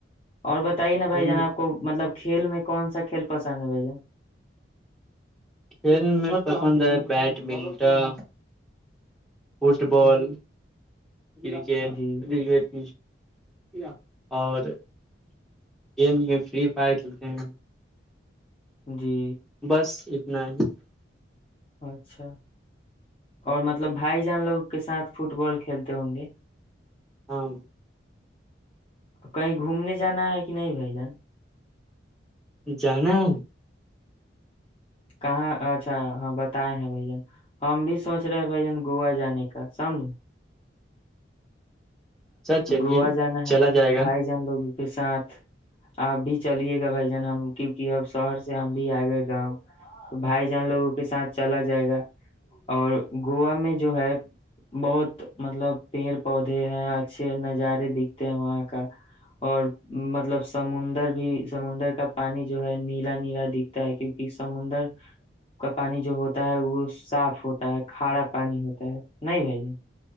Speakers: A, on the left; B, in the centre.
A: اور بتائیے نا
B: ہ
A: بھائی ج نا آپ کو مطلب کھیل میں کون سا کھیل پسند ہے بھ جان
B: کھیل م پسند ہے بیڈمنٹن فٹ بال <unintelligible>
A: جی
B: اور گیم میں فری فائر کھیلتے ہیں
A: جی
B: بس نہیں <unintelligible>
A: اچھا اور مطلب بھائی جان لوگ کے ساتھ فٹ بال کھیلتے ہوں گے
B: ہاں
A: کہیں گھومنے جانا ہے کہ نہیں بھائی جان
B: جا <unintelligible>
A: کہاں اچھا ہاں بتائے ہیں بھ جن ہم بھی سوچ رہے ہیں بھ جن گووا جانے کا سمجھ
B: اچھا چلیے
A: گوو جانانا ہے
B: چلا جائے گا
A: بھائی جان لگ کے ساتھ آپ بھی چلیے گا بھائی جان ہم کیونکہ اب شہر سے ہم بھی آئے گئے گاؤں بھائی جان لوگوں کے ساتھ چلا جائے گا اور گووا میں جو ہے بہت مطلب پیڑ پودے ہیں <unintelligible> اچھے نظارے دکھتے ہیں وہاں کا اور مطلب سمندر بھی سمندر کا پانی جو ہے نیلا نیلا دکھتا ہے کیونکہ سمندر کا پانی جو ہوتا ہے وہ صاف ہوتا ہے کھارا پانی ہوتا ہے نہیں بھائی ج